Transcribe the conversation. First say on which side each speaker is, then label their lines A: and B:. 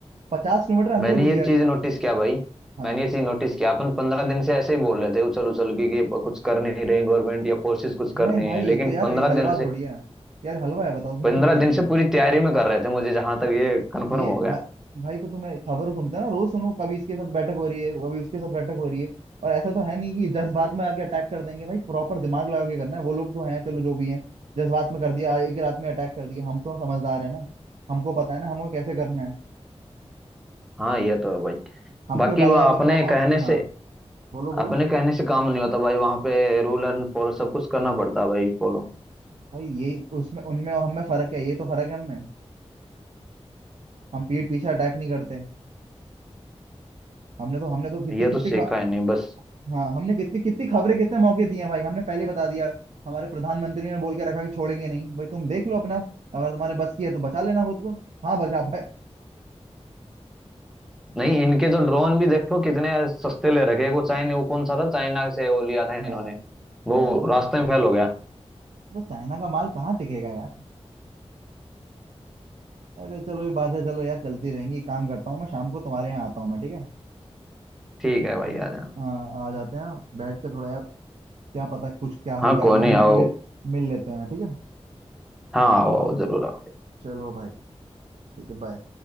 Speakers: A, on the right; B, in the centre.
A: पचास किलोमीटर अंदर
B: मैंने
A: घुस
B: ये
A: गए
B: चीज
A: थे
B: नोटिस किया भाई
A: हाँ
B: मैंने ये चीज नोटिस किया अपन पंद्रह दिन से ऐसे ही बोल रहे थे उछल उछल के कि ये कुछ कर नहीं रही गवर्नमेंट या फोर्सेस कुछ
A: नहीं
B: कर नहीं
A: भाई
B: है लेकिन
A: तो यार
B: पंद्रह
A: ये हलवा
B: दिन
A: थोड़ी
B: से
A: है यार हलवा है बताओ तुम
B: पंद्रह
A: खुद सोचो
B: दिन से
A: ना
B: पूरी तैयारी में कर रहे थे मुझे जहां तक ये कंफर्म
A: ये
B: हो गया
A: भाई भाई तो तुम्हें खबरों सुनते हो ना रोज सुनो कभी इसके साथ बैठक हो रही है कभी उसके साथ बैठक हो रही है और ऐसा तो है नहीं कि जज्बात में आके अटैक कर देंगे भाई प्रॉपर दिमाग लगा के करना है वो लोग तो हैं चलो जो भी हैं जज्बात में कर दिया एक रात में अटैक कर दिया हम तो समझदार है ना हमको पता है ना हमको कैसे करना है
B: हाँ ये तो है भाई
A: हम
B: बाकी
A: क्यों डालें
B: वो अपने
A: अब हम अब
B: कहने से
A: हाँ बोलो बोलो
B: अपने कहने से काम नहीं होता भाई वहां पे रूल एंड फॉलो सब कुछ करना पड़ता है भाई फॉलो
A: भाई ये उसमें उनमें और हमें फर्क है ये तो फर्क है हमें हम पीठ पीछे अटैक नहीं करते हमने तो हमने तो कितनी
B: ये
A: कितनी
B: तो सीखा
A: ख-
B: ही नहीं बस
A: हाँ हमने कितनी कितनी खबरें कितने मौके दिए हैं भाई हमने पहले बता दिया हमारे प्रधानमंत्री ने बोल के रखा कि छोड़ेंगे नहीं भाई तुम देख लो अपना अगर तुम्हारे बस की है तो बचा लेना खुद को हाँ बचा पाए
B: नहीं इनके तो ड्रोन भी देखो कितने सस्ते ले रखे हैं। वो चाइना वो कौन सा था चाइना से वो लिया था
A: हाँ
B: इन्होंने वो
A: हाँ
B: रास्ते में फेल हो गया
A: तो चाइना का माल कहाँ टिकेगा यार अरे चलो ये बात है चलो यार चलती रहेंगी एक काम करता हूँ मैं शाम को तुम्हारे यहाँ आता हूँ मैं ठीक है
B: ठीक है भाई
A: ठीक
B: आ
A: है
B: जाना
A: हाँ आ जाते हैं बैठ के थोड़ा यार क्या पता कुछ क्या हो
B: हाँ
A: क्या
B: कोई
A: रहा हो
B: नहीं
A: मिल
B: आओ
A: मिल लेते हैं ठीक है
B: हाँ आओ आओ जरूर आओ
A: चलो भाई ठीक है बाय